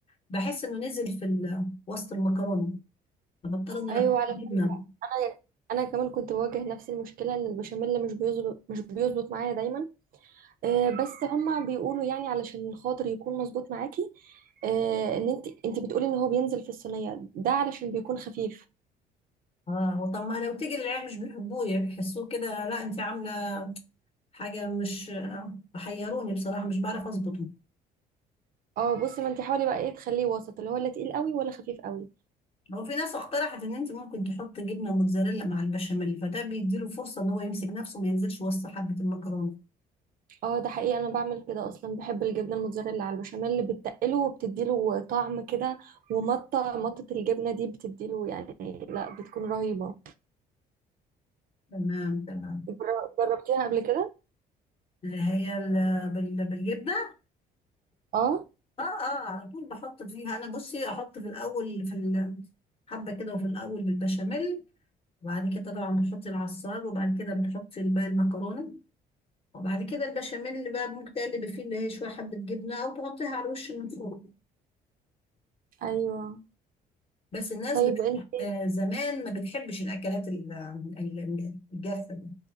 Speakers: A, on the left; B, on the right.
A: بحس انه نزل في ال- وسط المكرونه فبضطر ان انا
B: ايوه
A: احط
B: على
A: جبنه
B: انا انا كمان كنت بواجه نفس المشكله ان البشاميل مش بيظبط مش بيظبط معايا دايما آه، بس هما بيقولوا يعني علشان خاطر يكون مظبوط معاكي آه، ان انت انت بتقولي ان هو بينزل في الصينيه ده علشان بيكون خفيف
A: اه طب ما لو تيجي للعيال مش بيحبوه بيحسوه كده لا انت عامله حاجه مش حيروني بصراحه مش بعرف اظبطه
B: اه بصي ما انت حاولي بقى ايه تخليه وسط اللي هو لا تقيل قوي ولا خفيف قوي
A: هو في ناس اقترحت ان انت ممكن تحط جبنه موتزاريلا مع البشاميل فده بيديله فرصه ان هو يمسك نفسه ما ينزلش وسط حبه المكرونه
B: اه ده حقيقي انا بعمل كده اصلا بحب الجبنه الموتزاريلا على البشاميل اللي بتقله وبتديله طعم كده ومطه مطه الجبنه دي بتديله يعني لا بتكون رهيبه
A: تمام تمام
B: جر- جربتيها قبل كده
A: اللي هي ال- بال- بالجبنه
B: اه
A: اه اه على طول بحط فيها انا بصي احط في الاول في ال- حبه كده وفي الاول بالبشاميل وبعد كده طبعا بنحط العصار وبعد كده بنحط الباقي المكرونه وبعد كده البشاميل اللي بقى ممكن تقلب فيه اللي هي شويه حبه جبنه او تحطيها على الوش من فوق
B: ايوه
A: بس الناس
B: طيب
A: بت...
B: انت
A: آه، زمان ما بتحبش الأكلات ال- ال- الجافة دي.